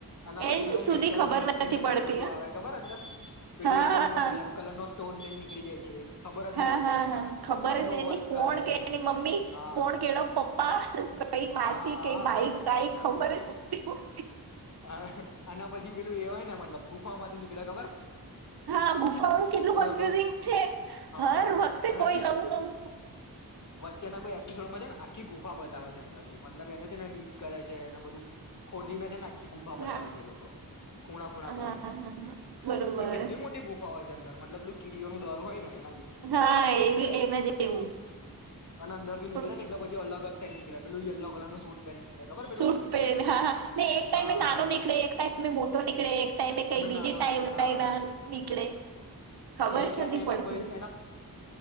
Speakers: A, on the left; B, on the right.
A: અને પછી
B: એન્ડ
A: પેલું
B: સુધી
A: મેટર
B: ખબર
A: અને એન્ટી
B: નથી
A: મેટર
B: પડતી
A: બધું
B: હ
A: આવે ખબર અંદર, પેલું
B: હા
A: એક એનું બ્લેક કલર નો ટોન લઈને નિકળી જાય છે. ખબરજ
B: હા
A: ની પડતી
B: હા
A: એમાં,
B: હા ખબર
A: કેમ નું
B: જ એની
A: વર્ક
B: કોણ
A: કરે.
B: કે એની મમ્મી,
A: હા
B: કોણ કેડો પપ્પા, કઈ માસી,
A: હા
B: કઈ ભાઈ, કઈ ખબરજ નથી પડતી.
A: હા, અને પછી પેલું એ હોય ને મતલબ, ગુફામાંથી નીકળે ખબર?
B: હા ગુફાઓ કેટલું
A: એ લોકો
B: કન્ફ્યુઝિંગ છે,
A: હા
B: હર વખતે
A: અને
B: કોઈ નવું નવું
A: એના કોઈ એપિસોડમાં છે, ને આખી ગુફા બતાવે છે, અંદરથીતલબ એને છે, ને ડીક કરે છે એને બધું ખોદીને આખી ગુફા બતાવે
B: હા
A: છે, એ લોકો ખૂણા ખૂણા માંથી
B: હા હા બરોબર
A: તો કેટલી મોટી ગુફા હોય એની અંદર મતલબ પેલું કીડીઓ ન દર હોય ને <inaudible> હા
B: હા એવી એના જેવું
A: અને અંદર થી નીકળે
B: પણ
A: ને એટલે પછી અલગ જ કઇને નીકળ્યા પેલો યલો કલરનો સૂટ પહેરી નીકળે ખબર પેલું
B: સૂટ પહેલા ને એક ટાઈમે
A: હા
B: નાનો
A: હા
B: નીકળે, એક ટાઈમે મોટો નીકળે, એક ટાઈમે કઈક બીજી
A: નાનો
B: ટાઈમ
A: નીકળે
B: લાઇન
A: હા
B: નીકળે ખબર
A: અને એક
B: જ
A: ટાઈમે
B: નથી
A: એના
B: પડતી.
A: ભાઈ